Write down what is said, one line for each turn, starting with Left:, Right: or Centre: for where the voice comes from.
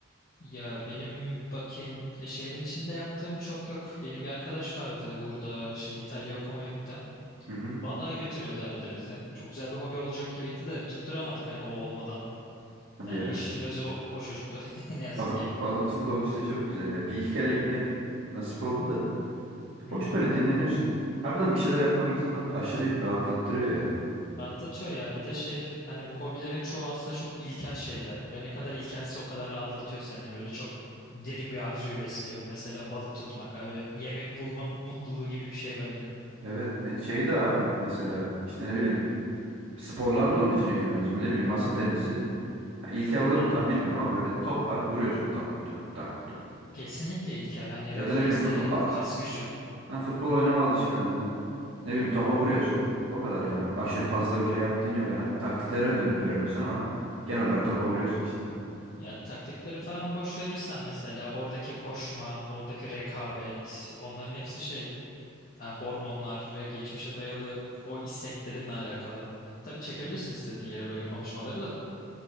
Left: Ya benim bakayım ya şehrin içinde yaptığım çok yok. Benim bir arkadaş vardı burada şimdi İtalya'ya okumaya gitti.
Right: Hı hı.
Left: Balığa götürüyordu arada bizi. Çok güzel bir hobi olacak gibiydi de tutturamadık hani o olmadan.
Right: Hadi
Left: Yani
Right: ya.
Left: işin özü o, o çocuktu <laughs> ne yazık
Right: Bal-
Left: ki.
Right: <laughs> Balıkçılık hobisi de çok güzel ya. Bir iki kere gitmek nasip oldu da. Hoş
Left: Hı hı.
Right: böyle dinleniyorsun. Harbiden bir şeyler yapmak insanı aşırı rahatlattırıyor ya.
Left: Rahatlatıyor ya. Bir de şey hani bu hobilerin çoğu aslında çok ilkel şeyler ve ne kadar ilkelse o kadar rahatlatıyor seni. Böyle çok derin bir arzuyu besliyor. Mesela balık tutmak abi ve yemek bulma mutluluğu gibi bir şey bence.
Right: Evet me- şey de abi mesela işte ne bileyim sporlar da onun içine giriyor bence. Ne bileyim masa tenisi. Ha, İlkel olur
Left: Aha.
Right: mu tam bilmiyorum ama böyle top var vuruyorsun tak tuk tak tuk.
Left: Kesinlikle ilkel. Hani
Right: Ya
Left: reflekslerin,
Right: da ne bileyim futbol,
Left: kas gücün.
Right: ha, futbol oynama alışkanlığı. Ne bileyim
Left: Hı
Right: topa
Left: hı.
Right: vuruyorsun. O kadar yani aşırı fazla bir şey yaptığın yok. Yani taktikleri öğren- öğreniyorsun ama genel olarak topa vuruyorsun işte abi.
Left: Ya taktikleri falan boş verirsen mesela oradaki koşma, oradaki rekabet, onların hepsi şey e, hormonlar ve geçmişe dayalı o isteklerinle alakalı. Tabii çekebilirsin istediğin yere böyle konuşmaları da.